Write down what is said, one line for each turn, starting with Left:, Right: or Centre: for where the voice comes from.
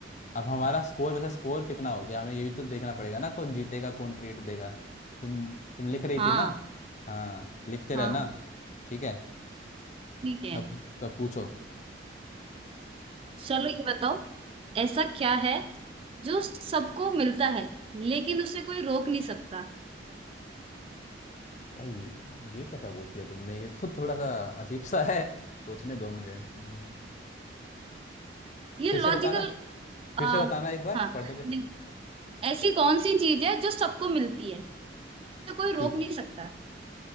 Left: अब हमारा स्कोर वैसे स्कोर कितना हो गया हमें ये भी तो देखना पड़ेगा ना कौन जीतेगा कौन ट्रीट देगा तुम तुम लिख रही
Right: हाँ
Left: थी ना हाँ लिखते
Right: हाँ
Left: रहना ठीक है
Right: ठीक है
Left: अब अब पूछो
Right: चलो ये बताओ ऐसा क्या है जो सबको मिलता है लेकिन उसे कोई रोक नहीं सकता
Left: यार ये ये कैसा पूछ लिया तुमने ये तो थोड़ा सा अजीब सा है सोचने दो मुझे हम्म,
Right: ये
Left: फिर
Right: लॉजिकल
Left: से बताना फिर
Right: आ,
Left: से बताना एक बार
Right: हाँ
Left: पढ़ के
Right: नहीं ऐसी कौन सी चीज है जो सबको मिलती है जिसे कोई रोक
Left: ठीक
Right: नहीं सकता